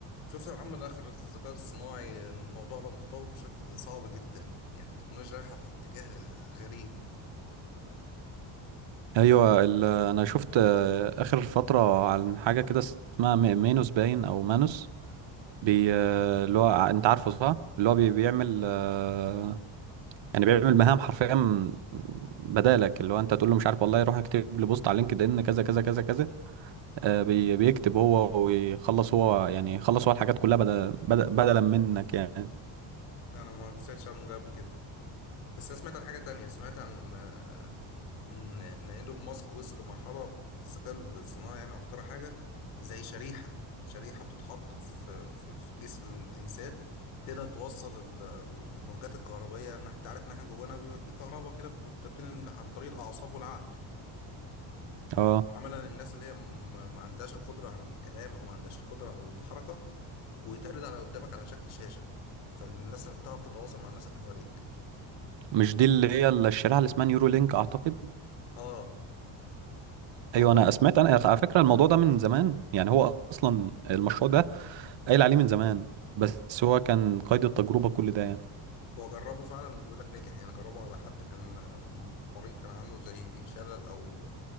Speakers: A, on the left; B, on the right.
A: شفت يا محمد آخر الذكاء الاصطناعي الموضوع بقى متطور بشكل صعب جدا يعني التكنولوجيا رايحة في اتجاه غ- غريب
B: ايوه ال- انا شفت آه، اخر فتره عن حاجه كده اسمها مي- مينوس باين او مانوس بي آه، اللي هو ع- انت عارفه صح اللي هو بي بيعمل آه، يعني بيعمل مهام حرفيا بدالك اللي هو انت تقول له مش عارف والله روح اكتب لي بوست على لينكد ان كذا كذا كذا كذا آه، بي بيكتب هو ويخلص هو يعني يخلص هو الحاجات كلها بدل بدل بدلا منك يعني
A: أنا ما سمعتش عنه ده قبل كده بس أنا سمعت عن حاجة تانية سمعت عن آه، إن إن إيلون ماسك وصل لمرحلة في الذكاء الاصطناعي يعني أو اخترع حاجة زي شريحة شريحة بتتحط في في في جسم الإنسان تقدر توصل ال- الموجات الكهربائية إن إحنا- أنت عارف إن إحنا جوانا بيبقى فيه كهرباء كده بتتنقل عن طريق الأعصاب والعقل
B: اه
A: عملا الناس اللي هي م- ما عندهاش القدرة على الكلام أو ما عندهاش القدرة على الحركة ويتعرض على قدامك على شكل شاشة فالناس اللي بتعرف تتواصل مع الناس اللي حواليك
B: مش دي اللي هي الشريحه اللي اسمها نيورو لينك اعتقد
A: اه هو
B: ايوه
A: طب
B: انا سمعت انا على فكره الموضوع ده من زمان يعني هو اصلا المشروع ده قايل عليه من زمان بس هو كان قيد التجربة كل ده يعني
A: هو جربه فعلا وبيقول لك نجح يعني جربه على حد كان آه، م- مريض كان عنده زي شلل أو